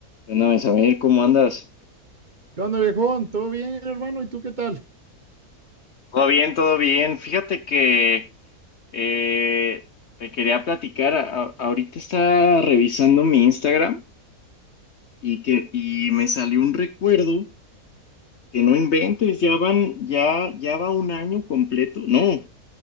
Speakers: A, on the left; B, on the right.
A: Bueno, Isabel, ¿cómo andas?
B: ¿Qué onda, viejón? ¿Todo bien, hermano? ¿Y tú qué tal?
A: Todo bien, todo bien. Fíjate que eh, te quería platicar. a- a- ahorita estaba revisando mi Instagram y que y me salió un recuerdo que no inventes, ya van, ya, ya va un año completo. No,